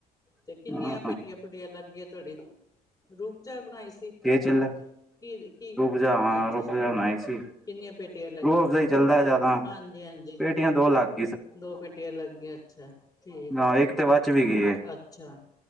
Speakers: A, on the left; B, in the centre.
A: ਤੇ ਕਿੰਨੀਆਂ
B: ਹੁੰਦਾ
A: ਪੇਟੀਆਂ-
B: ਹਾਂ
A: ਪੂਟੀਆਂ ਲੱਗ ਗਈਆਂ ਤੁਹਾਡੀ? ਰੂਪ ਚਾਹ ਬਣਾਈ ਸੀ?
B: ਕੀ ਚੱਲੇ,
A: ਕੀ ਕੀ
B: ਰੁਕ ਜਾ, ਹਾਂ
A: ਅੱਛਾ
B: ਰੁਕ ਜਾ, ਬਨਾਈ ਸੀ।
A: ਕਿੰਨੀਆਂ ਪੇਟੀਆਂ ਲੱਗੀ
B: ਰੂ-ਆਫ ਜਾਈ ਚੱਲਦਾ ਜ਼ਿਆਦਾ,
A: ਹਾਂਜੀ ਹਾਂਜੀ
B: ਪੇਟੀਆਂ ਦੋ ਲੱਗ ਗਈਆਂ।
A: ਦੋ ਪੇਟੀਆਂ ਲੱਗ ਗਈਆਂ, ਅੱਛਾ ਠੀਕ।
B: ਹਾਂ
A: ਹੈ
B: ਇੱਕ ਤੇ ਬਚ ਵੀ ਗਈ ਏ।
A: ਅੱਛਾ,